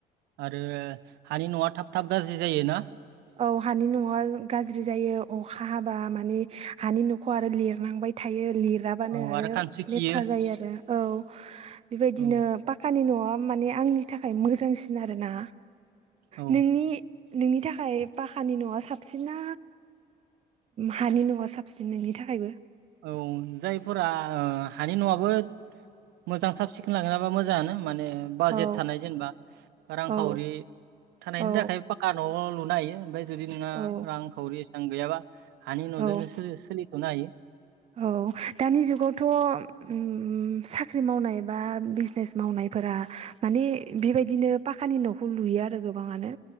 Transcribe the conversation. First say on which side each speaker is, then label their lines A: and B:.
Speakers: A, on the right (about 80°); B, on the right (about 40°).
A: आरो हानि नआ थाब थाब गाज्रि जायो ना
B: औ हानि नआ गाज्रि जायो अखा हाब्ला माने हानि नखौ आरो लिरनांबाय थायो लिराबानो
A: औ
B: आरो
A: खानस्रि
B: लेथ्रा
A: खियो
B: जायो आरो औ बेबायदिनो
A: औ
B: पाक खानि नआ माने आंनि थाखाय मोजांसिन आरो ना।
A: औ
B: नोंनि नोंनि थाखाय खाय पाक्कानि नआ साबसिन ना हानि नआ साबसिन नोंनि थाखायबो?
A: औ जायफोरा ओ हानि नआबो मोजां साब सिखोन लाखिनो हाबा मोजाङानो माने बाजेट
B: औ
A: थानाय जेनेबा रांखावरि
B: औ
A: थानायनि
B: औ
A: थाखाय पाका न लुनो हायो ओमफ्राय जुदि नोंना
B: औ
A: रांखावरि एसेबां गैयाबा हानि नजोंनो
B: औ
A: सोलि सोलिथनो हायो।
B: औ दानि जुगावथ उम साख्रि मावनाय बा बिजनेस मावनायफोरा माने बेबायदिनो पाखानि नखौ लुयो आरो गोबाङानो